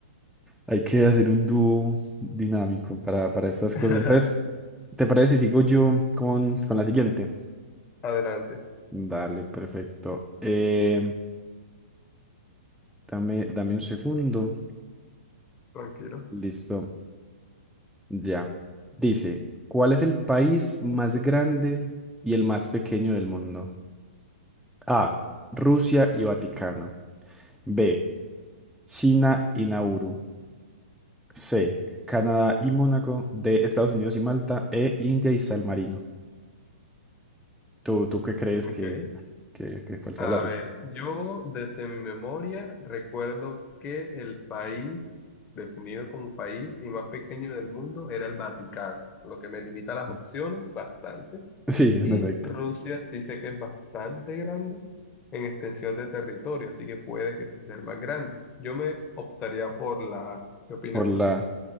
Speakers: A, in the centre; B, on the left.
A: Hay que hacer un dúo dinámico para, para estas
B: <laughs>
A: cosas. Entonces,
B: A-
A: ¿te parece si sigo yo con, con la siguiente?
B: Adelante,
A: Dale, perfecto. Eh, dame, dame un segundo.
B: tranquilo.
A: Listo, ya. Dice, ¿cuál es el país más grande y el más pequeño del mundo? A, Rusia y Vaticano. B, China y Nauru. C, Canadá y Mónaco. D, Estados Unidos y Malta. E, India y San Marino. ¿Tú, tú qué crees
B: Ok.
A: que, que, que cuál sea
B: A
A: la respuesta?
B: ver, yo desde mi memoria recuerdo que el país, definido como país y más pequeño del mundo, era el Vaticano, lo que me limita
A: Sí,
B: las opciones bastante.
A: Sí, en
B: Y
A: efecto.
B: Rusia sí sé que es bastante grande en extensión de territorio, así que puede que sí sea el más grande. Yo me optaría por la A. ¿Qué opinas
A: Por la
B: tú?